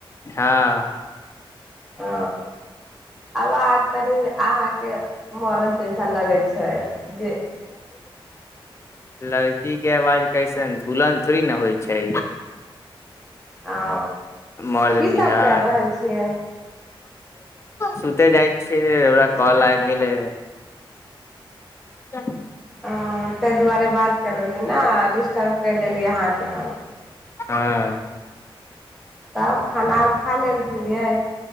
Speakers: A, on the left (about 30°); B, in the centre.
A: हँ
B: ह आब आज तनी अहाँके मरद जैसा लगय छै जे
A: लड़कीे आवाज कइसन बुलन्द थोड़ी ने होइ छै
B: ओ
A: मर्द
B: कीसभ
A: निहान
B: करि रहल छियै
A: सुते जाइ छियै ओरा कॉल आबि गेलै चल
B: अ ताहि दुआरे बात ने डिस्टर्ब करि देली अहाँके हम
A: हँ
B: तब खाना आर खा लेल छलियै